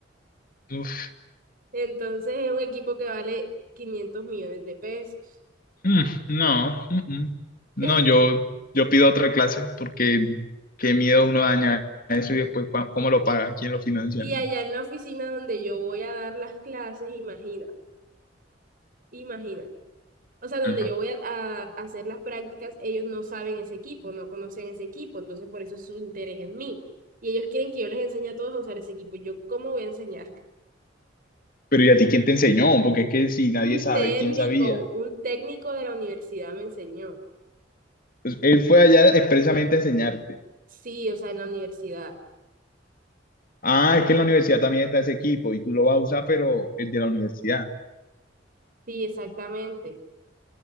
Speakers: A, on the left (about 50°); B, on the right (about 50°).
A: Uf,
B: Entonces es un equipo que vale 500 millones de pesos.
A: mm, no, mm, mm. No,
B: <laughs>
A: yo, yo pido otra clase porque qué miedo uno daña eso y después pa- cómo lo paga, quién lo financia,
B: Y
A: ¿no?
B: allá en la oficina donde yo voy a dar las clases, imagina, imagina. O sea, donde
A: Ajá.
B: yo voy a, a hacer las prácticas, ellos no saben ese equipo, no conocen ese equipo, entonces por eso es su interés en mí. Y ellos quieren que yo les enseñe a todos a usar ese equipo. ¿Yo cómo voy a enseñar? <laughs>
A: Pero ¿y a ti quién te enseñó? Porque es que si nadie
B: Un
A: sabe,
B: técnico,
A: ¿quién sabía?
B: un técnico de la universidad me enseñó.
A: Pues, él fue allá expresamente a enseñarte.
B: Sí, o sea, en la universidad.
A: Ah, es que en la universidad también está ese equipo y tú lo vas a usar, pero el de la universidad.
B: Sí, exactamente.